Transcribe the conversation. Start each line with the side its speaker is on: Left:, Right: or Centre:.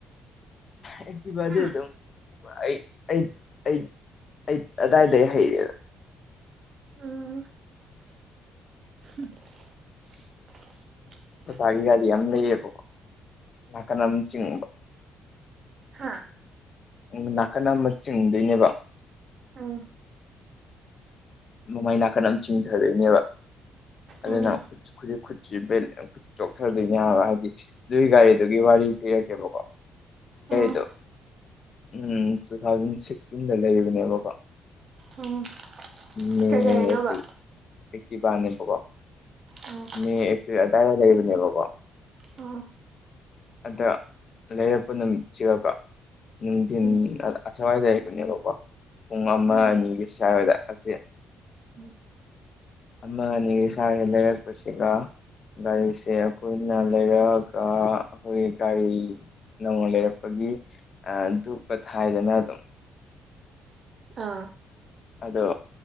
Left: ꯑꯩꯛꯇꯤꯚꯗꯗꯤ
Right: ꯍꯨꯝ
Left: ꯑꯗꯨꯝ ꯑꯩ ꯑꯩ ꯑꯩ ꯑꯩ ꯑꯗꯨꯗꯥꯋꯥꯏꯗ ꯍꯩꯔꯦꯗ
Right: <unintelligible>
Left: ꯑꯣꯖꯒꯤ ꯒꯥꯔꯤ ꯌꯥꯝ ꯂꯩꯌꯦꯕꯀꯣ ꯅꯥꯀꯟ ꯑꯃ ꯆꯤꯡꯕ
Right: ꯍꯥꯥ
Left: ꯎ ꯎ ꯅꯥꯀꯟ ꯑꯃ ꯆꯤꯡꯗꯣꯏꯅꯦꯕ
Right: ꯑꯥ
Left: ꯃꯃꯥꯏ ꯅꯥꯀꯟ ꯑꯃ ꯆꯤꯡꯊꯗꯣꯏꯅꯦꯕ ꯑꯗꯨꯅ
Right: ꯎꯝ
Left: ꯈꯨꯠꯁꯤ ꯈꯨꯠ ꯆꯣꯛꯊꯗꯣꯏꯅꯦ ꯍꯥꯏꯕ ꯍꯥꯏꯗꯤ ꯑꯗꯨꯒꯤ ꯒꯥꯔꯤꯗꯨꯒꯤ ꯋꯥꯔꯤ ꯕꯀꯣ
Right: ꯎꯝ
Left: ꯗꯨ ꯎꯝ ꯇꯨ ꯊꯥꯎꯖꯟ ꯁꯤꯛꯁꯇꯤꯟꯗ ꯂꯩꯕꯅꯦꯕꯀꯣ
Right: ꯎꯝ
Left: ꯃꯦ
Right: ꯀꯩ ꯒꯥꯔꯤꯅꯣꯕ
Left: ꯑꯦꯄ꯭ꯔꯤꯜ ꯇꯛꯇꯤꯕꯅ‌ꯦ ꯕꯀꫭ ꯫
Right: ꯑꯣ
Left: ꯃꯦ ꯑꯦꯄ꯭ꯔꯤꯜ ꯑꯗꯥꯏꯗ ꯂꯩꯕꯅꯦꯕꯀꯣ꯫
Right: ꯎꯝ
Left: ꯑꯗꯨ ꯂꯩꯔꯛꯄ ꯅꯨꯃꯤꯠꯁꯤꯒꯀꯣ꯫ ꯅꯨꯡꯊꯤꯟ
Right: ꯎꯝ
Left: ꯑꯁ꯭ꯋꯥꯏꯗ ꯂꯩꯕꯅꯦꯕꯀꯣ ꯄꯨꯡ ꯑꯃ
Right: ꯎꯝ
Left: ꯑꯅꯤꯒꯤ ꯁ꯭ꯋꯥꯋꯥꯗ ꯑꯁꯤ
Right: ꯎꯝ
Left: ꯑꯃ ꯑꯅꯤ ꯁꯥꯒꯤꯦ ꯂꯩꯔꯛꯄꯁꯤꯒ ꯒꯥꯔꯤꯁꯦ ꯑꯩꯈꯣꯏꯅ ꯂꯩꯔꯒ ꯑꯩꯈꯣꯏꯒꯤ ꯒꯥꯔꯤ ꯅꯧꯅ ꯂꯩꯔꯛꯄꯒꯤ ꯑꯥ ꯗꯨꯛꯀ ꯊꯥꯏꯗꯅ ꯑꯗꯨꯝ꯫
Right: ꯑꯥ꯫
Left: ꯑꯗꯣ